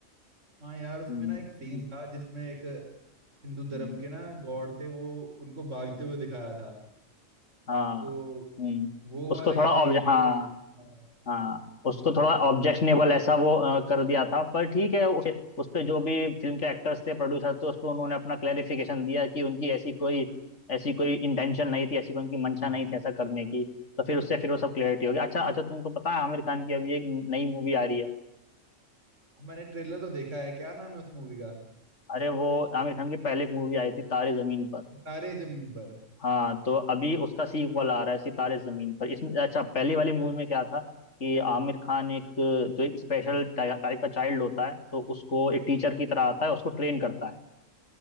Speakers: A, on the right (about 65°); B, on the left (about 60°).
A: हाँ यार उसमें
B: हम्म
A: ना एक सीन
B: हम्म,
A: था जिसमें एक हिंदू धर्म
B: हम्म,
A: के ना गॉड थे वो उनको भागते
B: हम्म,
A: हुए दिखाया था
B: हाँ
A: तो
B: हम्म
A: वो
B: उसको
A: वाले
B: थोड़ा
A: देख
B: ऑब्ज
A: के
B: हाँ
A: हाँ
B: हाँ उसको थोड़ा ऑब्जेक्शनेबल
A: जन-
B: ऐसा वो अ, कर दिया था पर ठीक है उस उस पे जो भी फिल्म के एक्टर्स थे प्रोड्यूसर थे उस पे उन्होंने अपना क्लेरिफिकेशन दिया कि उनकी ऐसी कोई ऐसी कोई इंटेंशन नहीं थी ऐसी कोई उनकी मंशा
A: हाँ।
B: नहीं थी ऐसा करने की तो फिर उससे फिर वो सब क्लियरिटी हो गई अच्छा अच्छा तुमको पता है आमिर खान की अभी एक नई मूवी आ रही है
A: मैंने ट्रेलर तो देखा है क्या नाम है उस मूवी का
B: अरे वो आमिर खान की पहले एक मूवी आई थी तारे जमीन पर
A: तारे जमीन पर
B: हाँ तो अभी उसका सीक्वल आ रहा है सितारे जमीन पर इसमें अच्छा पहली वाली मूवी में क्या था कि आमिर खान एक जो एक स्पेशल टाइप का चाइल्ड होता है तो उसको एक टीचर की तरह आता है उसको ट्रेन करता है